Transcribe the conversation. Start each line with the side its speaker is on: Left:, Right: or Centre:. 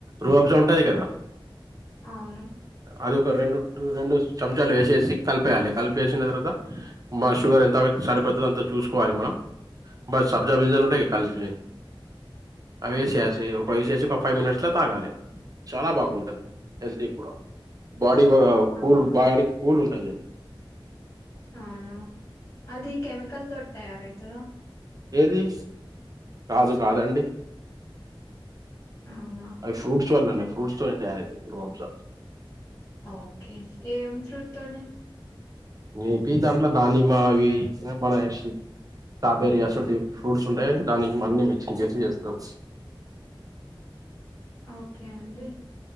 Right: రోబ్జా ఉంటాది కదా
Left: అవును
Right: అది ఒక రెండు రెండు చంచాలు వేసేసి కలిపేయాలి కలిపేసిన తర్వాత మా షుగర్ ఎంత సరిపోడుతుంది అంతా చూసుకోవాలి మనం బస్ సబ్జా వ్యంజన టాకి కాలచిననే అ
Left: ఓకే
Right: ఎసేసి ఒక ఎసే క ఫైవ్ మినిట్స్లో తాగాలి చాలా బాగుంటుంది హెల్తీ కూడా బాడీ కూల్
Left: అవునా
Right: బాడీ కూల్ ఉంటుంది అది
Left: అవును అది కెమికల్ తోటి తయారవుతుందా
Right: ఏది కాదు కాదండి
Left: అవునా
Right: అవి ఫ్రూట్స్ వాళ్ళ ఫ్రూట్స్తో త అసా
Left: ఓకే ఏం ఫ్రూట్ తోని
Right: నపి దాంట్లో దానిమ్మా అవి మన స్ట్రాబెరీ ఫ్రూట్స్ ఉంటాయి దానికి అన్ని మిక్స్ చేసి చేస్తాం
Left: ఓకే అండి